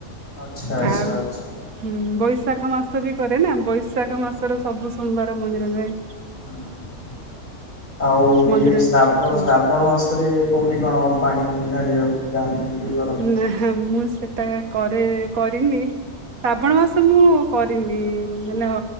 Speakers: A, on the left (about 65°); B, on the right (about 80°).
A: ଆଚ୍ଛା ଆଚ୍ଛା
B: ଆଉ
A: ଆଚ୍ଛା
B: ହୁଁ ବ ବୈଶାଖ ମାସ ବି କରେ ନା ବୈଶାଖ ମାସର
A: ହଉ
B: ସବୁ ସୋମବାର ମନ୍ଦିର ଯାଏ।
A: ହୁଁ ହୁଁ ଆଉ
B: ମନ୍ଦିର
A: ଇଏ ଶ୍ରାବ
B: ହଁ
A: ଶ୍ରାବଣ ମାସରେ କୋଉଠି ଠି କଣ ପାଣି ଢାଳିବାକୁ? ଯାଆନ୍ତି ଇଏ କରନ୍ତି
B: ନା ମୁଁ ସେଟା କରେ କରିନି। ଶ୍ରାବଣ ମାସ ମୁଁ କରିନି ମାନେ